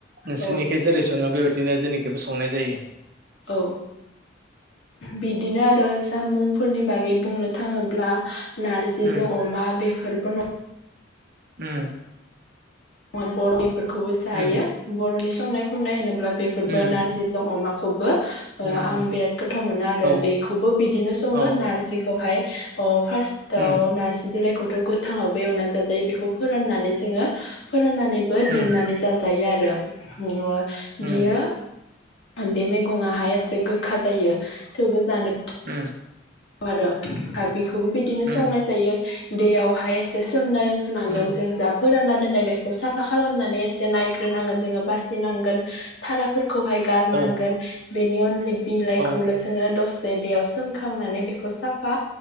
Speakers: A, on the right (about 50°); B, on the left (about 85°).
A: नोंसिनिखै
B: औ
A: जेरै सङो बेबादिनो जेनिखैबो सं संनाय जायो।
B: औ बिदिनो आरो दा मुंफोरनि बागै बुंनो थाङोब्ला नार्जिजों
A: उम
B: अमा बे फोरबो न'
A: उम।
B: <unintelligible> खौबो जायो
A: उम
B: बर'नि संनाय खुरनाय होनो ब्ला बेफोरबो
A: उम
B: नार्जिजों अमा खौबो ओ
A: उम
B: आं
A: उम
B: बिराद गोथाव मोनो आरो
A: औ
B: बेखौबो बिदिनो सङो
A: औ
B: नार्जिखौहाय <unintelligible> फार्स्टआव
A: उम
B: नार्जि बिलाइखौ <unintelligible> गोथाङावबो एवना जाजायो बेखौ फोराननानै जोङो। फोराननानैबो
A: उम
B: दोननानै जाजायो आ रो <unintelligible>
A: उम
B: बियो बे मैगङाहाय एसे गोखा जायो थेवबो जानो
A: उम।
B: आरो दा बेखोबो बिदिनो
A: उम
B: संनाय जायो। दैयावहाय एसे सोमनानै दोनथ'नांगोन
A: उम
B: जों जा फोरानना दोननाय बेखौ साफा खालामनानै एसे नायग्रोनांगोन जोङो बासिनांगोन थाराफोर खौहाय गारनांगोन।
A: औ
B: बेनि अनलि बिलाइखौल'
A: औ
B: जोङो दस बे दैयाव सोमखांनानै बेखौ साफा